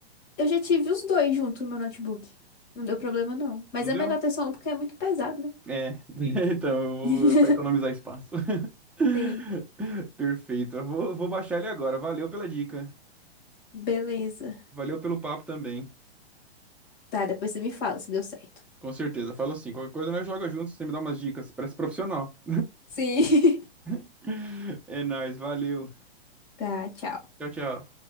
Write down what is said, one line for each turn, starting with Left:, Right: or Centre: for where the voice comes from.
Left: eu já tive os dois junto no meu notebook. Não deu problema, não. Mas
Centre: Não
Left: é
Centre: deu?
Left: melhor ter só um porque é muito pesado, né?
Centre: É, <laughs> então eu vou
Left: <laughs>
Centre: pra economizar espaço.
Left: Sim.
Centre: <laughs> Perfeito. Eu vou, vou baixar ele agora. Valeu pela dica.
Left: Beleza.
Centre: Valeu pelo papo também.
Left: Tá, depois você me fala se deu certo.
Centre: Com certeza. Falo assim, qualquer coisa nós joga juntos, você me dá umas dicas. Parece profissional.
Left: Sim. <laughs>
Centre: <laughs> É nóis, valeu.
Left: Tá, tchau.
Centre: Tchau, tchau.